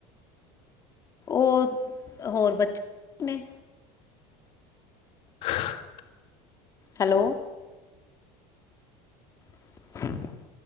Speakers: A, on the left; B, on the left.
A: ਓ ਹੋਰ ਬਚ ਨੇ।
B: ਹ <inaudible> <inaudible>
A: ਹੈਲੋ। <inaudible>